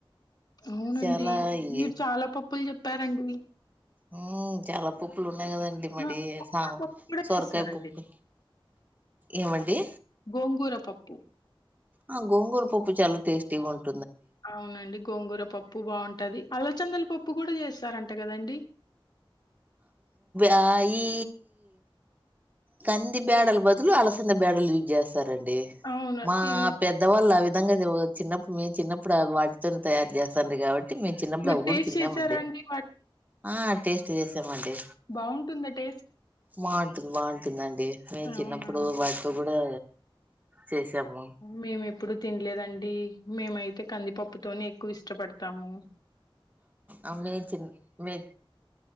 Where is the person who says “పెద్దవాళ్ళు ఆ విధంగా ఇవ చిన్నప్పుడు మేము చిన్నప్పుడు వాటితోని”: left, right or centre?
Right